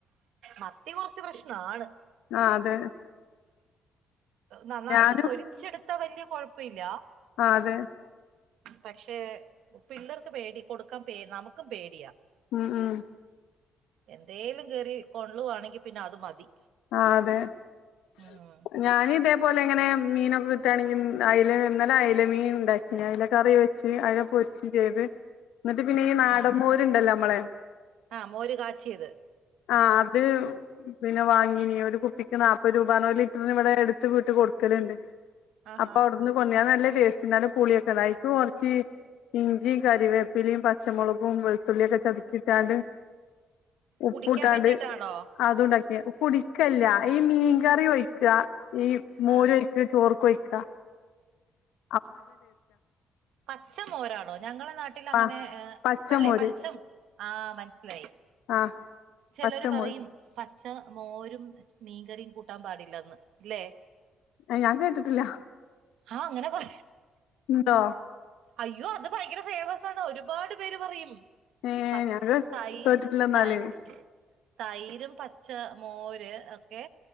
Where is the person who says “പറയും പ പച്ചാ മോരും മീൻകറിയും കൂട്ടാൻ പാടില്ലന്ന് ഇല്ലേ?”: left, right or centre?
Right